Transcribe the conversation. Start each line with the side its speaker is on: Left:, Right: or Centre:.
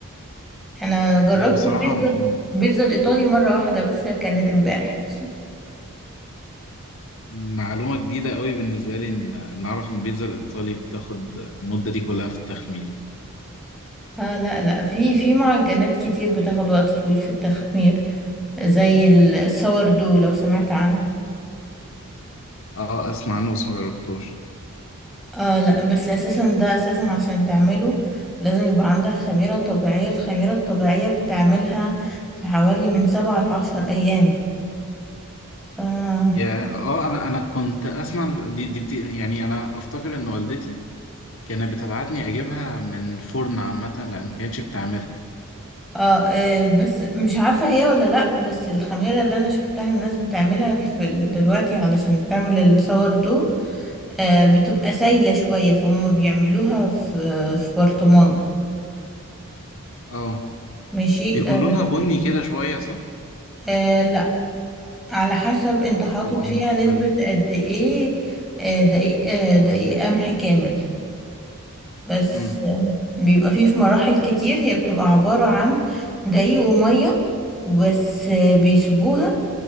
Centre: انا جربت
Left: لا بصراحة
Centre: البيتزا
Left: م-
Centre: البيتزا الايطالي مرة واحدة بس كانت امبارح اصلا
Left: معلومة جديدة قوي بالنسبة لي ان نعرف ان البيتزا الايطالي بتاخد المدة دي كلها في التخمير
Centre: آه لا لا في في معجنات كتير بتاخد وقت طويل في التخمير زي الساوردو لو سمعت عنه
Left: اه اسمع عنه بس ما جربتوش
Centre: اه لا بس اساسا ده اساسا عشان تعمله لازم يبقى عندك خميرة طبيعية الخميرة الطبيعية بتعملها في حوالي من سبعة لعشر ايام ف
Left: يا اه انا انا كنت اسمع دي دي بت- يعني انا افتكر ان والدتي كانت بتبعتني اجيبها من فرن عامة لان ما كانتش بتعملها
Centre: اه آه، بس مش عارفة هي ولا لا بس الخميرة اللي انا شفتها الناس بتعملها في ال- دلوقتي علشان تعمل الصور دو آه بتبقى سايلة شوية فهم بيعملوها في في برطمان
Left: اه
Centre: ماشي
Left: بيكون
Centre: آه
Left: لونها بني كده شوية صح؟
Centre: آه، على حسب انت
Left: لا
Centre: حاطط
Left: طبقة
Centre: فيها
Left: مختلفة
Centre: نسبة قد ايه آه، دقيق آه، دقيق قمح كامل بس
Left: امم
Centre: آه، بيبقى فيه في مراحل كتير هي بتبقى عبارة عن دقيق ومية بس آه، بيسيبوها